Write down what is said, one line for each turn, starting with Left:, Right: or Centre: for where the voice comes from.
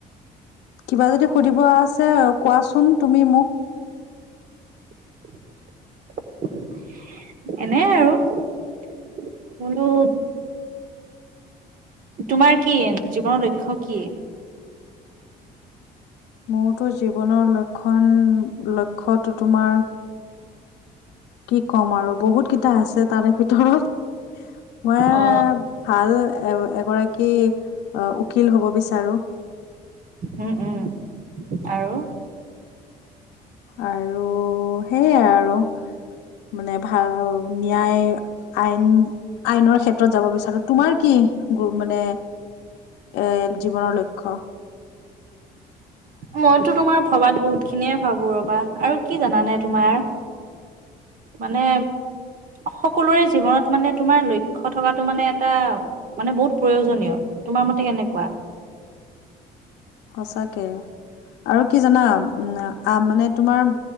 Left: কিবা যদি সুধিব আছে কোৱাচোন তুমি মোক।
Right: <unintelligible> এনে আৰু কোনো। তোমাৰ কি জীৱনৰ লক্ষ্য কি?।
Left: মোৰতো জীৱনৰ লক্ষণ লক্ষ্যটো তোমাৰ। কি ক'ম আৰু বহুত কেইটা আছে তাৰে ভিতৰত,। মই
Right: অ।
Left: ভাল এ এগৰাকী- কি উকিল হ'ব বিচাৰোঁ।
Right: উম উম আৰু-
Left: আৰু সেইয়াই আৰু মানে ভাল- ন্যায় আইন আইনৰ ক্ষেত্ৰত যাব বিচাৰো তোমাৰ কি গ মানে। এৰ জীৱনৰ লক্ষ্য-
Right: মইতো তোমাৰ ভবাত বহুত খিনিয়ে ভাবো ৰবা আৰু কি জানানে তোমাৰ। মানে। সকলোৰে জীৱনত মানে তোমাৰ লক্ষ্য থকাটো মানে এটা মানে বহুত প্ৰয়োজনীয়। তোমাৰ মতে কেনেকোৱা।
Left: সঁচাকে আৰু কি জানা উম আ মানে তোমাৰ।